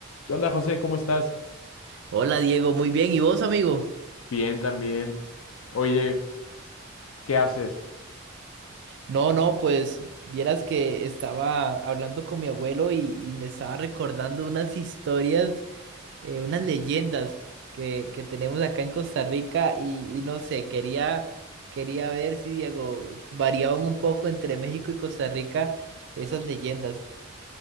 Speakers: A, on the left (about 75°); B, on the right (about 60°).
A: ¿Qué onda, José? ¿Cómo estás?
B: Hola Diego, muy bien. ¿Y vos, amigo?
A: Bien, también. Oye, ¿qué haces?
B: No, no, pues vieras que estaba hablando con mi abuelo y, y me estaba recordando unas historias, eh, unas leyendas que, que tenemos acá en Costa Rica y, y no sé, quería, quería ver si, Diego, variaban un poco entre México y Costa Rica esas leyendas.